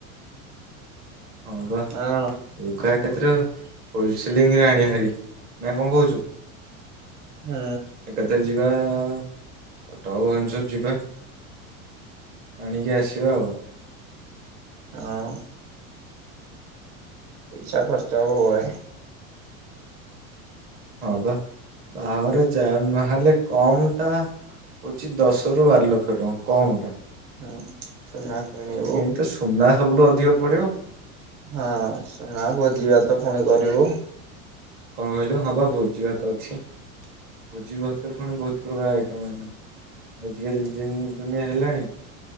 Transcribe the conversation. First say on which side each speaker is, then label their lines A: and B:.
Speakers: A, on the right (about 25°); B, on the right (about 45°).
A: ହଁ ବା
B: ନା କଣ
A: ଯଗା କେତିରେ ହୋଲସେଲିଂ ରେ ଆଣିଆ ହାରି ନାାଇ କଣ କହୁଛୁ?
B: ହୁଁ।
A: ଏକାଥରେ ଯିବା କଟକ୍ ଭୁବନେଶ୍ୱର ଯିବା। ଆଣିକି ଆସିବା ଆଉ।
B: ଆଉ ପଇସା ଖର୍ଚ ହବ୍ ବହେ।
A: ହଁ ବା ଭାଓରେ ଯା ନହେଲେ କମ୍ ଟା ହଉଛି ଦଶ ରୁ ବାର ଲକ୍ଷ ଟଙ୍କା କମ ଟା।
B: ହୁଁ। ସୁନା କିଣି
A: ଏନ ତ ସୁନା ସବୁଠୁ ଅଧିକ ପଡ଼ିବ।
B: ହଁ ସୁନା ଭୋଜି ଭାତ ଫୁଣି କରିବୁ।
A: କଣ କହିଲୁ ହଁ ବା ଭୋଜି ଭାତ ଅଛି ଭୋଜି ଭାତରେ ପୁଣି ବହୁତ ପ୍ରକାର ଆଇଟମ୍ ହେଲା ଆଜିକାଲି ଦୁନ୍ ଦୁନିଆ ହେଲାଣି।